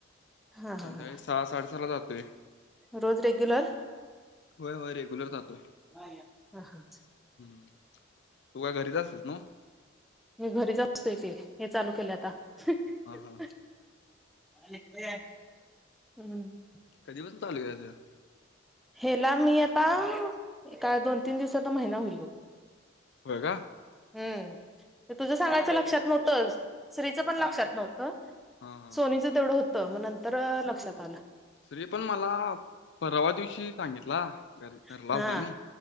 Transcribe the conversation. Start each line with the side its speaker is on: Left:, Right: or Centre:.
Centre: हा हा
Left: संध्याकाळी
Centre: हा
Left: सहा साडे सहा ला जातोय
Centre: रोज रेग्युलर
Left: होय होय रेग्युलर जातोय
Centre: ह हा <unintelligible>
Left: हम् तू काय घरीच असतोस नव्ह
Centre: मी घरीच असतोय की हे चालू केलंय आता.. हं ह
Left: हा हा
Centre: ह न्हाय निघतय काय हम्म
Left: कधी पासून चालू केल्यास जाॅब
Centre: हेला मी आता एका दोन तीन दिवसात महिना होईल बघ
Left: होय का
Centre: हम्म तुझं सांगायचं लक्षात नव्हतंच श्रीच पण लक्षात नव्हतं
Left: हा हा
Centre: सोनीचं तेवढं होतं मग नंतर. अ लक्षात आलं
Left: श्री पण मला परवा दिवशी सांगितला घर
Centre: अ
Left: घरला
Centre: हा
Left: आलता ना